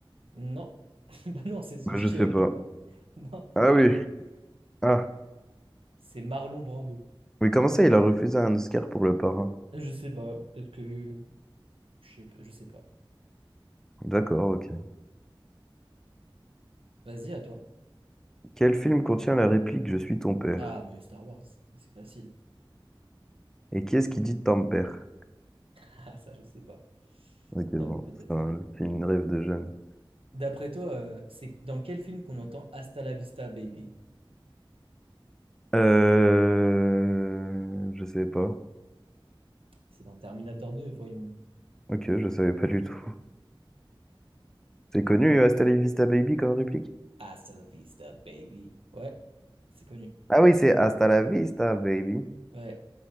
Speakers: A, on the right; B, in the centre.
A: Non. <laughs> Bah non, c'est celui
B: Bah, je
A: qui
B: sais
A: a eu.
B: pas.
A: <laughs> Non.
B: Ah oui. Ah.
A: C'est Marlon Brando.
B: Mais comment ça, il a refusé un Oscar pour Le Parrain?
A: Je sais pas, peut-être que. Je sais, pas- je sais pas.
B: D'accord, ok.
A: Vas-y, à toi.
B: Quel film contient la réplique Je suis ton père?
A: Ah, mais Star Wars, c'est facile. <laughs>
B: Et qui est-ce qui dit ton père?
A: Ah, ça, je sais pas.
B: Ok, bon.
A: Tom, peut-être.
B: C'est un film Rêve de jeune.
A: D'après toi, euh, c'est dans quel film qu'on entend Hasta la vista, baby?
B: Euh... Je savais pas.
A: C'est dans Terminator 2, voyons.
B: Ok, je savais pas du tout. <laughs> C'est connu, euh, Hasta la vista baby comme réplique?
A: Hasta la vista, baby. Ouais, c'est connu.
B: Ah oui, c'est Hasta la vista baby.
A: Ouais,